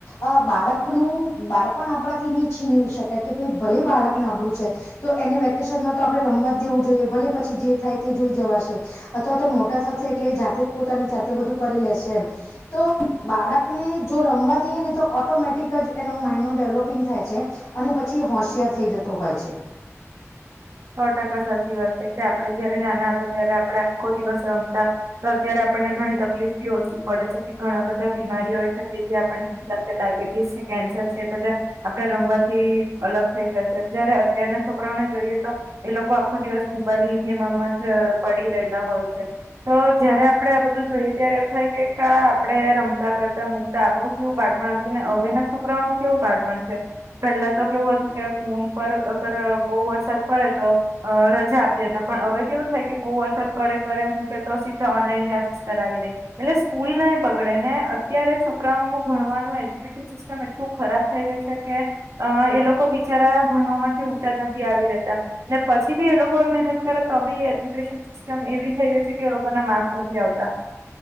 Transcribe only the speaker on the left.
અ બાળકનું બાળપણ આપણાથી ની છીનવી શકાય કે ભાઈ ભલે બાળક નબળું છે. તો એને વેકેશનમાં તો આપણેે રમવા જ દેવું જોઈએ ભલે પછી જે થાય તે જોઈ જવાશે. અથવા તો મોટા થશે એટલે એ જાતે જ પોતાની જાતે બધું કરી લેશે એમ તો બાળકને જો રમવા દઈએ ને તો ઓટોમેટિ કજ એનું માઈન્ડનું ડેવલોપિંગ થાય છે અને પછી હોશિયાર થઈ જતો હોય છે.